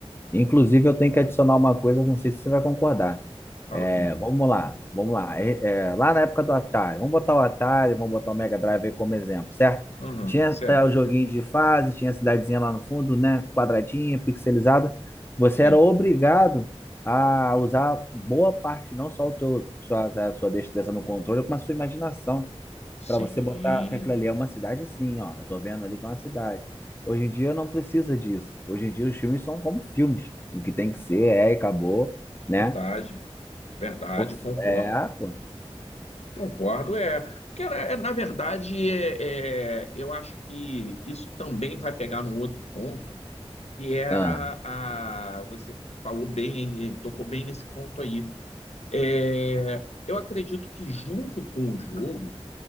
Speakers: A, on the left (about 20°); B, on the left (about 80°).
A: Inclusive, eu tenho que adicionar uma coisa, não sei se você vai concordar.
B: Fala
A: É,
B: comigo.
A: vamos lá, vamos lá. É, é, lá na época do Atari, vamos botar o Atari, vamos botar o Mega Drive aí como exemplo, certo?
B: Aham,
A: Tinha
B: certo.
A: até o joguinho de fase, tinha a cidadezinha lá no fundo, né? Quadradinha, pixelizada. Você
B: Sim,
A: era obrigado a usar boa parte, não só o teu, sua, a sua destreza no controle, mas a sua imaginação para
B: sim,
A: você botar que aquilo ali é uma cidade, sim, ó. Eu tô vendo ali que é uma cidade. Hoje em dia não precisa disso. Hoje em dia os filmes são como filmes. O que tem que ser é e acabou, né?
B: verdade, verdade,
A: O-
B: concordo.
A: É, pô.
B: Concordo, é, cara, é, na verdade, é, é, eu acho que isso também vai pegar num outro ponto, que era
A: Ah,
B: a, você falou bem, eh, tocou bem nesse ponto aí. É, eu acredito que junto com o jogo,